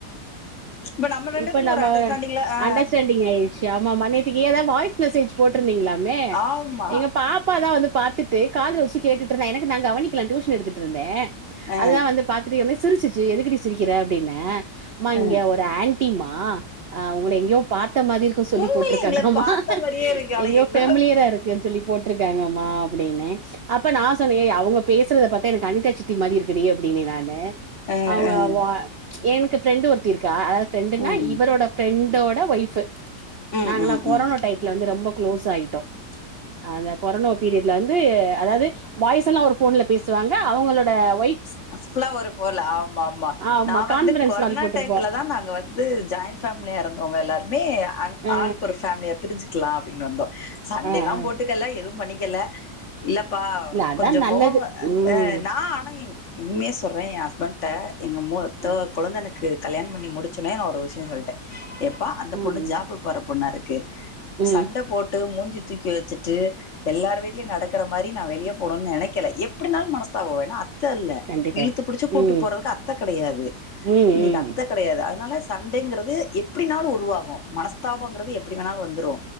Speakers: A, on the left; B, on the right.
A: இப்ப நம்ம ரெண்டுத்துல
B: இப்ப நம்ம
A: அண்டர்ஸ்டாண்டிங்ல
B: ஒரு
A: ஆ
B: அன்டர்ஸ்டாண்டிங் ஆயி ச்சு ஆமாமா நேத்திக்கி அதா வாய்ஸ் மெசேஜ் போட்ருந்தீங்களாமே
A: ஆமா
B: எங்க பாப்பா தா வந்து பாத்து ட்டு காதுல வச்சு கேட்டுட்ருந்தா எனக்கு நா கவனிக்கல நா டியூஷன் எடுத்துட்ருந்தே
A: ஆ
B: அதுதா வந்து பா த்துட்டம்னே சிரிச்சிச்சு எதுக்குடி சிரிக்கிற அப்டின்னே அம்மா
A: ஆ
B: இங்க ஒரு ஆன்ட்டி மா ஆ ஒங்கள எங்கயோ பாத்த மாரி இருக்கு சொல்லி
A: உண்மையிலே
B: போட்ருக்காங்கம்மா
A: எங்கள பாத்த மாரியே இருக்கு ஆனா
B: எங்கயோ
A: எங்க
B: ஃபெமிலியரா இருக்குன் சொல்லி போட்ருக்காங்கம்மா அப்படின்னே அப்ப நா சொன்னே ஏ அவங்க பேசுறத பாத்தா எனக்கு அனிதாச்சித்தி மாரி இருக்குடி அப்டின்னே நானு
A: ஆ
B: அவுங்க
A: ஆ
B: வா எனக்கு ஃப்ரெண்டு ஒருத்தி இருக்கா அதாவ்து ஃப்ரெண்டுனா
A: ம்
B: இவரோட ஃப்ரெண்டோட ஒய்ஃப்ஃபு
A: ம்
B: நாங்கல்லா
A: ம்
B: கொரோனா
A: ம்
B: டய்த்துல வந்து ரொம்ப க்ளோஸ் ஆயிட்டோ ஆ அந்த கொரனோ பீரியட்ல வந்து அதாவ்து பாய்ஸ் எல்லா ஒரு ஃபோன்ல பேசுவாங்க அவுங்களோட ஒய்
A: அஸ்லா ஒரு ஃபோன்ல ஆமாமா
B: ஆமா
A: நா வந்து
B: கான்ஃபரன்ஸ்
A: கொர்னா
B: கால் போட்ருப்போ
A: டயத்துல தா நாங்க வ ந்து ஜாயின்ட் ஃபேம்லியா இருந்தோங்க எல்லாரு மே
B: ஆ
A: ஆளுக்கு ஒரு ஃபேம்லியா பிரிஞ்சுக்லா அப்டின்னு வந்தோ சண்டேல்லா
B: ஆ ஆ
A: போட் டுக்கல எது பண்ணிக்கல இல்லப்பா
B: இல்ல அதா
A: கொஞ்சோ
B: நல்லது
A: மொகோ
B: ம்
A: ஆ நா ஆனா எ உண்மய சொல்றே எ அஸ்பண்ட்ட எங்க மூ த
B: அ
A: கொழுந்தனு க்கு கல்யாணோ பண்ணி முடிச்சோன்னே ஒரு விஷ்யோ சொல்லிட்டே ஏப்பா அந்த
B: ம்
A: பொண்ணு ஜாப்பு
B: ம்
A: போற பொண்ணாருக்கு
B: ம்
A: சண்ட போட்டு மூஞ்சிய தூக்கி வச்சுட்டு எல்லார் வீட்லயு நடக்ற மாரி நா வெளியே போனுன் நெனைக்கல எப்டினாலு மனஸ்தாபோ வரு ஏனா அத்த இல்ல
B: கண்டிப்பா
A: இழுத்து புடிச்சு கூட்டு
B: ம்
A: போறதுக்கு அத்த கெடயாது
B: ம் ம்
A: இன்னிக்கி அத்த கெடயாது அதனால சண்டைங்கிறது எப்டினாலு உருவாகு மனஸ்தாபம்ங்கறது எப்டி வேணாலு வந்துரு